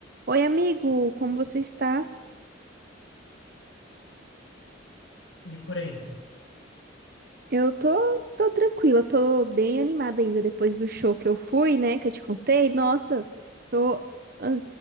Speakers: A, on the right; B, on the left.
A: Oi, amigo, como você está?
B: de por aí.
A: Eu tô, tô tranquila, tô bem animada ainda depois do show que eu fui, né? Que eu te contei. Nossa, tô ah,